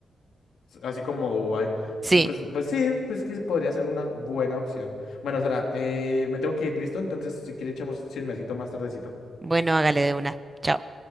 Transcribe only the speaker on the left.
así como Dubái.
Pues, pues sí, pues que podría ser una buena opción. Bueno, Sara, eh, me tengo que ir, listo. Entonces, si quieres, echamos chismecito más tardecito.